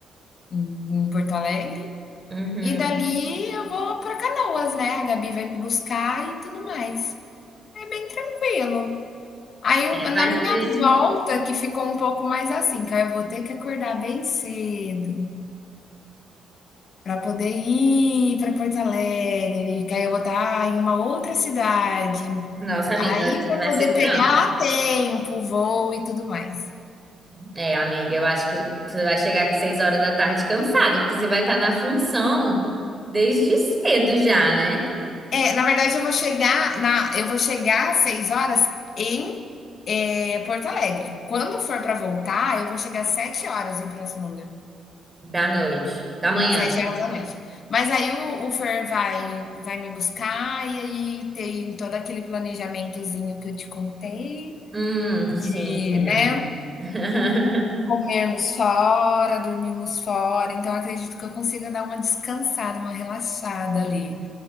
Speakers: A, on the left (about 55°); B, on the right (about 20°).
A: em, em Porto Alegre,
B: Uhum.
A: e dali eu vou pra Canoas, né? A Gabi vai me buscar e tudo mais. É bem tranquilo. Aí, um-
B: É,
A: na
B: vai
A: minha
B: ser.
A: volta, que ficou um pouco mais assim, que aí eu vou ter que acordar bem cedo para poder ir para Porto Alegre, que aí eu vou estar em uma outra cidade.
B: Nossa, amiga,
A: Aí
B: eu acho
A: para
B: que vai
A: poder
B: ser
A: pegar
B: trampo.
A: a tempo, voo e tudo mais.
B: É, amiga, eu acho que você vai chegar com seis horas da tarde cansada, porque você vai estar na função desde cedo já, né?
A: É, na verdade eu vou chegar na, eu vou chegar às 6 horas em é, Porto Alegre. Quando for para voltar, eu vou chegar às 7 horas em Pirassununga,
B: Da noite. Da manhã.
A: 7 horas da noite. Mas aí o, o Fer vai, vai me buscar e aí tem todo aquele planejamentozinho que eu te contei
B: Hum,
A: de,
B: sim.
A: né,
B: <laughs>
A: comermos fora, dormirmos fora. Então eu acredito que eu consiga dar uma descansada, uma relaxada ali.